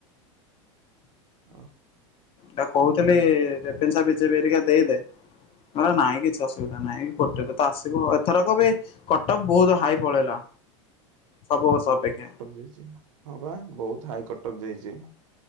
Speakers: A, on the right; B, on the left.
A: ଅହ
B: ତାକୁ କହୁଥିଲି ରେଭେନ୍ସା ବି ଜେ ବି ହେରିକା ଦେଇଦେ କହିଁଲା ନାଇଁ କିଛି ଅସୁବିଧା ନାଇଁ ଗୋଟେରେ ତ ଆସିବ, ଏଥରକ ବି କଟଫ ବହୁତ ହାଇ ପଳେଇଲା ସବୁ ବର୍ଷ ଅପେକ୍ଷା। ହୁଁ।
A: ଯାଇଛି ହଁ ବା ବହୁତ ହାଇ କଟକ ଯାଇଛି।